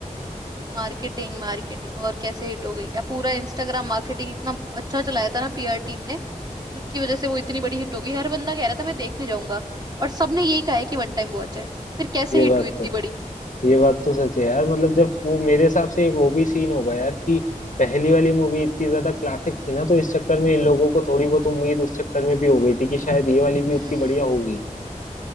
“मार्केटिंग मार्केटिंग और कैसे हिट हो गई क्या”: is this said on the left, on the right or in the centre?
Right